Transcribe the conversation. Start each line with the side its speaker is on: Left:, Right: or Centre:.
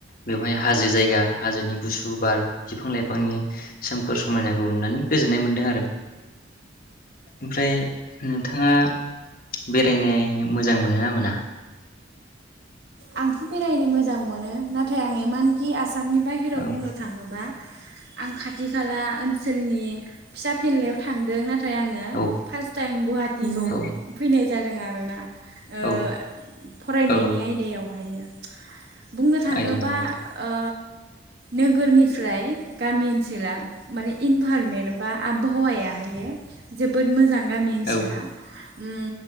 Left: बेवहाय हाजो जायगा हाजोनि गुसु बार बिफां लाइ फांनि सोमखोर समायनाखौ नुनानै गोजोन नाय मोनदों आरो ओमफ्राय नोंथाङा बेरायनायनो मोजां मोनो ना मोना?
Right: आंथ' बेरायनो मोजां मोनो नाथाय आं इमानखि आस सामनि बाहेराव
Left: औ
Right: बुंनो थाङोबा आं खाथि खाला ओनसोलनि फिसा फेनलायाव थांदों ना थाय आङो
Left: औ
Right: फास टाइम गुवाहाटिखौ
Left: औ
Right: फैनाय जादों आरोना ओ
Left: औ
Right: फरायनायनि
Left: औ
Right: आयदायाव बाहायो बुंनो थाङोबा
Left: आयदायाव औ
Right: ओ नोगोरनिफ्राय गामि ओनसोला माने इनभारमेन्ट आ आबहावा आहायो जोबोद मोजां। गामि ओनसोला
Left: औ
Right: उम